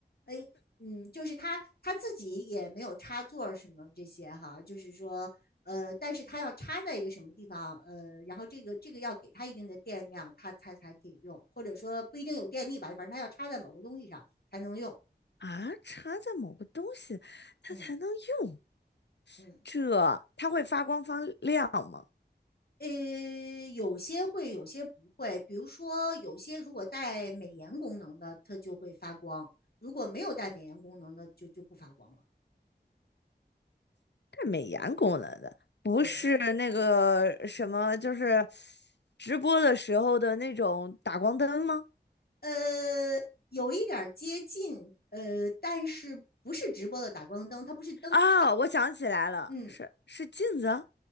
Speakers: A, on the left (about 60°); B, on the left (about 80°).
A: 呃，嗯，就是它它自己也没有插座儿什么这些哈，就是说，呃，但是它要插在一个什么地方，呃，然后这个这个要给它一定的电量，它才才可以用，或者说不一定有电力吧，反正它要插在某个东西上才能用，
B: 啊，插在某个东西，它才能用。
A: 嗯嗯
B: 这它会发光发亮吗？
A: 呃，有些会，有些不会。比如说，有些如果带美颜功能的，它就会发光；如果没有带美颜功能的，就就不发光了。
B: 这美颜功能的，不是那个什么，
A: 对，
B: 就是直播的时候的那种打光灯吗？
A: 呃，有一点儿接近，呃，但是不是直播的打光灯，它不是灯，
B: 啊，
A: 因为，
B: 我想起来了，
A: 嗯，
B: 是是镜子啊，